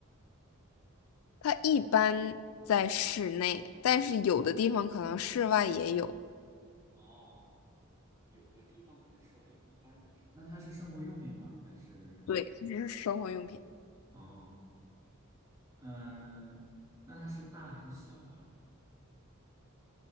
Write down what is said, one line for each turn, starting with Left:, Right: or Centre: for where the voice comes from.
Left: 它一般在室内，但是有的地方可能室外也有。
Right: 哦，有的地方可能室外有一般的是那它是生活用品吗？还是
Left: 对，这只是生活用品，
Right: 哦，嗯、那它是大还是小啊？